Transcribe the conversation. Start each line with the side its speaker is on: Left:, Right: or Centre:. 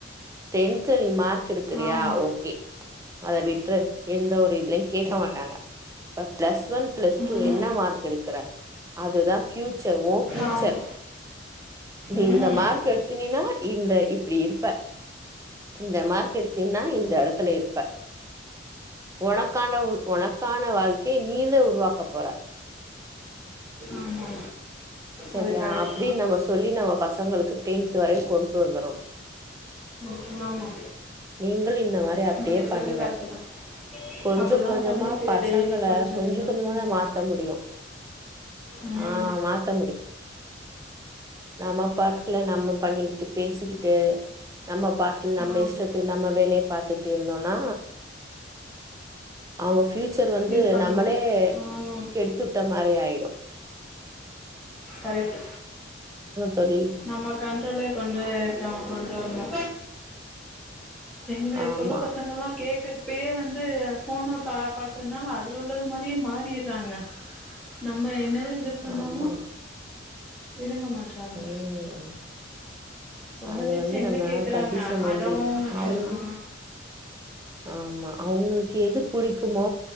Right: டென்த்து நீ மார்க் எடுக்றியா
Centre: ஆமா
Right: ஓகே அத விட்ரு எந்த ஒரு இதுலயு கேட்க மாட்டாங்க இப்ப பிளஸ் ஒன் பிளஸ்
Centre: ம்
Right: டூ என்ன மார்க் எடுக்கற அதுதா ஃபியூச்சர் ஓ ஃபியூச்சர்
Centre: ஆமா
Right: டி
Centre: ம்
Right: இந்த மார்க் எடுத்தினினா இந்த இப் இப்டி எடுப்ப இந்த மார்க் எடுத் தின்னா இந்த எடத்துல இருப்ப உனக் கான்ட உ உனக்கான வாழ்கி நீீ த உருவாக் கப் போர
Centre: ஆமா
Right: செரியா
Centre: அது கரெக்ட்
Right: அப்டின் நம்ம சொல்லி நம்ம பசங்களுக்கு டென்த் வரையு கொண்டு வந்தரனு
Centre: ம் ஆமா
Right: நீங்கள் இந்த மாரி அப்டியே
Centre: நீங்க சொல்றது
Right: பண்ணுங்க
Centre: கரெக்ட்டு தா
Right: கொஞ்சோ
Centre: அப்டிதா
Right: கொஞ்சமா
Centre: பண்ணிட்டு இருக்கே
Right: பசங்கள
Centre: டெய்லி
Right: கொஞ்சோ கொஞ்சமா
Centre: ம்
Right: தா மாத்த முடியு
Centre: ம்
Right: ஆ மாத் நம்ம பாட்டுகள நம்ம பண்ணிக்கிட்டு பேசிக்கிட்டு நம்ம பாட்டில் நம்ம
Centre: ஆமா
Right: இஷ்டத்து நம்ம வேலய பாத்துட்டு இருந்தோனா அவுங்க ஃபியூச் ஃபியூச்சர் வந்து
Centre: இது பண்ண
Right: நம்மளே
Centre: மாட்டே ம்
Right: கெடுத்துட்ட மாரி ஆய்டும்
Centre: கரெக்ட்
Right: தோழி
Centre: நம்ம கண்ட்ரோலே கொண்டு கம் கொண்டு வர்ணு எங்க இப்ப
Right: ஆமா
Centre: உள்ள பசங்களா கேகட்பே வந்து ஃபோன பா பாக்றனால அதுல உள்ளது மாரியே மாறிற்றாங்க நம்மய என்னது இது பண்ணாலு
Right: ஆமா
Centre: இதுங்க மாட் ட்றாங்க
Right: ம்
Centre: சொன்ன
Right: அது
Centre: பேச்ச
Right: வந்து
Centre: எங்க
Right: நம்ம
Centre: கேக்றாங்க
Right: கண்டிஷன்
Centre: அடோ
Right: வந்து
Centre: மண்ட்டு
Right: அவுங்
Centre: ஆ
Right: ஆமா அவ்ங்ளுக் எது புடிக்குமோ